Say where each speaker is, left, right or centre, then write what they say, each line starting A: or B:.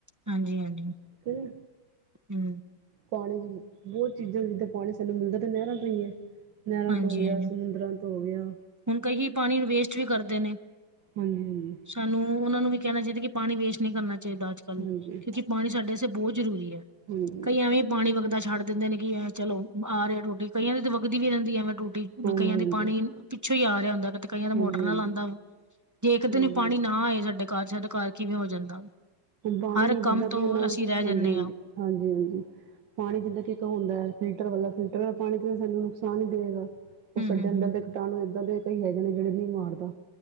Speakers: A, on the right (about 30°); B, on the right (about 85°).
A: ਹਾਂਜੀ ਹਾਂਜੀ
B: ਹੈ ਨਾ
A: ਹੂੰ
B: ਪਾਣੀ ਬਹੁਤ ਚੀਜ਼ਾਂ ਜਿੱਦਾਂ ਪਾਣੀ ਸਾਨੂੰ ਮਿਲਦਾ ਤੇ ਨਹਿਰਾਂ ਤੋਂ ਹੀ ਹੈ ਨਹਿਰਾਂ
A: ਹਾਂਜੀ
B: ਤੋਂ ਹੋ ਗਿਆ
A: ਹਾਂਜੀ
B: ਸਮੁੰਦਰਾਂ ਤੋਂ ਹੋ ਗਿਆ
A: ਹੁਣ ਕਈ ਪਾਣੀ ਨੂੰ ਵੇਸਟ ਵੀ ਕਰਦੇ ਨੇ
B: ਹਾਂਜੀ ਹਾਂਜੀ
A: ਸਾਨੂੰ ਉਹਨਾਂ ਨੂੰ ਵੀ ਕਹਿਣਾ ਚਾਹੀਦਾ ਕਿ ਪਾਣੀ ਵੇਸਟ ਨਹੀਂ ਕਰਨਾ ਚਾਹੀਦਾ ਅੱਜ ਕੱਲ੍ਹ
B: ਹਾਂਜੀ
A: ਕਿਉਂਕਿ ਪਾਣੀ ਸਾਡੇ ਬਹੁਤ ਜ਼ਰੂਰੀ ਹੈ
B: ਹਾਂਜੀ
A: ਕਈ
B: ਹਾਂਜੀ ਹਾਂਜੀ
A: ਐਵੇਂ ਪਾਣੀ ਵਗਦਾ ਛੱਡ ਦਿੰਦੇ ਨੇ ਕਿ ਇਹਂ ਚਲੋ ਆ ਰਿਹਾ ਟੂਟੀ ਕਈਆਂ ਦੀ ਵਗਦੀ ਵੀ ਰਹਿੰਦੀ ਹੈਵੇੈਂ ਟੂਟੀ
B: ਹਾਂਜੀ
A: ਵੀ ਕਈਆਂ
B: ਹਾਂਜੀ
A: ਦੇ ਪਾਣੀ ਪਿੱਛੋਂ ਹੀ ਆ ਰਿਹਾ ਹੁੰਦੈ ਕਈਆਂ ਦਾ
B: ਹਾਂਜੀ
A: ਮੋਟਰ ਨਾਲ ਆਂਦਾ ਜੇ ਇੱਕ
B: ਹਾਂਜੀ
A: ਦਿਨ ਪਾਣੀ ਨਾ ਆਏ ਸਾਡੇ ਘਰ ਚ ਸਾਡੇ ਘਰ ਕਿਵੇਂ ਹੋ ਜਾਂਦਾ
B: ਪਾਣੀ
A: ਹਰ ਕੰਮ
B: ਜਿੱਦਾਂ ਕਿ
A: ਤੋਂ
B: ਉਹਨਾ
A: ਅਸੀਂ ਰਹਿ
B: ਹਾਂਜੀ
A: ਜਾਂਦੇ
B: ਹਾਂਜੀ
A: ਹਾਂ
B: ਹਾਂਜੀ ਹਾਂਜੀ ਪਾਣੀ ਜਿੱਦਾਂ ਕਿ ਇੱਕ ਹੁੰਦਾ ਹੈ ਫਿਲਟਰ ਵਾਲਾ ਫਿਲਟਰ ਵਾਲਾ ਪਾਣੀ ਤੇ ਸਾਨੂੰ ਨੁਕਸਾਨ ਹੀ ਦੇਵੇਗਾ
A: ਹੂੰ
B: ਉਹ ਸਾਡੇ
A: ਹੂੰ
B: ਅੰਦਰ
A: ਹੂੰ
B: ਦੇ ਕੀਟਾਣੂ ਏਦਾਂ ਦੇ ਕਈ ਹੈਗੇ ਨੇ ਜਿਹੜੇ ਨਹੀਂ ਮਾਰਦਾ